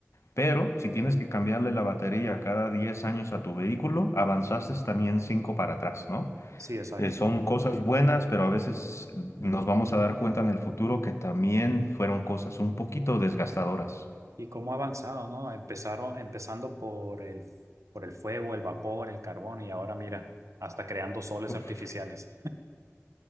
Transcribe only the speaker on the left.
pero si tienes que cambiarle la batería cada 10 años a tu vehículo, avanzaste también 5 para atrás, ¿no?
Eh, son cosas buenas, pero a veces nos vamos a dar cuenta en el futuro que también fueron cosas un poquito desgastadoras.
Uf,